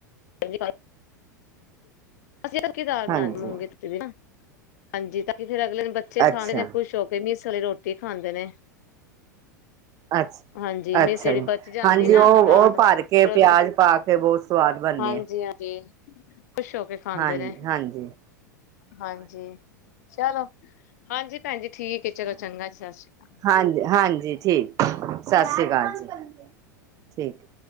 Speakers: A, on the left; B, on the right.
A: ਸਸ੍ਰੀ ਕਾਲ। ਅਸੀਂ ਤਾਂ ਕਿਦਾਰ
B: ਹਾਂਜੀ
A: ਨਾਨੂੰ ਗੇ <unintelligible> ਆਜੀ ਤਾਂ ਕਿ ਫਿਰ ਅਗਲੇ ਦਿਨ ਬੱਚੇ
B: ਅੱਛਾ
A: ਖਾਦੇ ਨੇ ਕੁਸ਼ਹੁ ਮਸਲੀ ਰੋਟੀ ਖਾਂਦੇ ਨੇ।
B: ਅੱਛਾ
A: ਹਾਂਜੀ, ਮੇਸਰੀ
B: ਅੱਛਾ ਜੀ
A: ਬੱਚ ਜਾਂਦੀ
B: ਹਾਂਜੀ
A: ਨਾ
B: ਉਹ
A: ਬਗਾਲ,
B: ਉਹ ਭਰ
A: ਫੇਰ
B: ਕੇ ਪਿਆਜ
A: ਜਦੋ
B: ਪਾ ਕੇ ਬਹੁਤ ਸਵਾਦ ਬਣਦੀ
A: ਹਾਂਜੀ
B: ਹੈ
A: ਆਜੀ ਖੁਸ਼ ਹੋ ਕੇ ਖਾਂਦੇ
B: ਹਾਂਜੀ
A: ਨੇ,
B: ਹਾਂਜੀ
A: ਹਾਂਜੀ। ਚਲੋ, ਹਾਂਜੀ ਭੈਣ ਜੀ ਠੀਕ ਏ, ਚਲੋ ਚੰਗਾ ਸਸ੍ਰੀ ਕਾਲ।
B: ਹਾਂਜੀ-ਹਾਂਜੀ, ਠੀਕ ਸਾਸ਼੍ਰੀ ਕਾਲ ਜੀ ਠੀਕ।